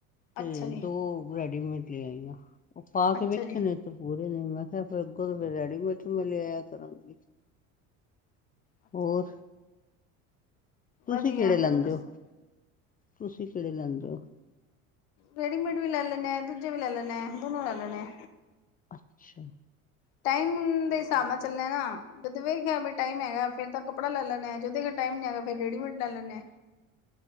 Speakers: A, on the left; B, on the left.
A: ਤੇ
B: ਅੱਛਾ ਜੀ
A: ਦੋ ਰੈਡੀਮੇਡ ਲੇਆਈਆਂ, ਉਹ ਪਾ
B: ਅੱਛਾ
A: ਕੇ ਵੇਖੇ
B: ਜੀ
A: ਨੇ। ਪੂਰੇ ਨੇ ਮੈਂ ਕਿਹਾ ਫਿਰ ਅੱਗੋਂ ਤੋਂ ਫਿਰ ਰੈਡੀਮੇਟ ਹੀ ਲਿਆਇਆ ਕਰਾਂਗੀ।
B: ਅੱਛਾ
A: ਹੋਰ।
B: ਜੀ
A: ਤੁਸੀਂ
B: ਵਧੀਆ
A: ਕਿਹੜੇ ਲੈਂਦੇ
B: ਤੁਸੀਂ ਦੱਸੋ
A: ਹੋ, ਤੁਸੀਂ ਕਿਹੜੇ ਲੈਂਦੇ ਹੋ।
B: ਰੇਡੀਮੇਡ ਵੀ ਲੈ ਲੈੇਨੇ ਆਂ, ਦੂਜੇ ਵੀ ਲੈ ਲੈੇਨੇ ਆਂ। ਦੋਨੋ ਲੈ ਲੈਨੇ ਆ।
A: ਅੱਛਾ।
B: ਟਾਈਮ ਦੇ ਹਿਸਾਬ ਨਾਲ ਚੱਲਣਾ ਨਾ। ਜਦੋਂ ਵੇਖਿਆ ਵੀ ਟਾਈਮ ਹੈਗਾ ਫਿਰ ਤਾ ਕੱਪੜਾ ਲੈ ਲੈਂਨੇ ਆ, ਜਦੋਂ ਅਗਰ ਟਾਈਮ ਹੈਗਾ ਫੇਰ ਰੇਡੀਮੇਡ ਲੈ ਲੈਂਨੇ ਹਾਂ।